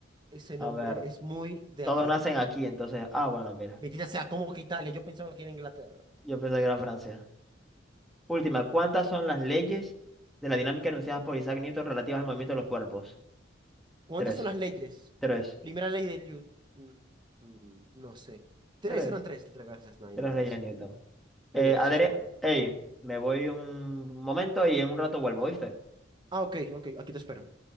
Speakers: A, on the right (about 25°); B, in the centre.
A: Ese
B: A
A: nombre
B: ver,
A: es muy de
B: todos
A: aquí.
B: nacen aquí, entonces. Ah, bueno, mira.
A: Bendita sea, ¿cómo que Italia? Yo pensaba que era Inglaterra.
B: Yo pensé que era Francia. Última, ¿cuántas son las leyes de la dinámica enunciadas por Isaac Newton relativas al movimiento de los cuerpos?
A: ¿Cuántas
B: Tres,
A: son las leyes?
B: tres,
A: Primera ley del... Liu- mm, mm, no sé. Tres,
B: tres,
A: eran tres. Gracias, nine,
B: tres
A: nine,
B: leyes
A: nice.
B: de Newton. Eh,
A: Ella,
B: Adri,
A: eso es todo.
B: ey, me voy un momento y en un rato vuelvo, ¿viste?
A: Ah, ok, ok, aquí te espero.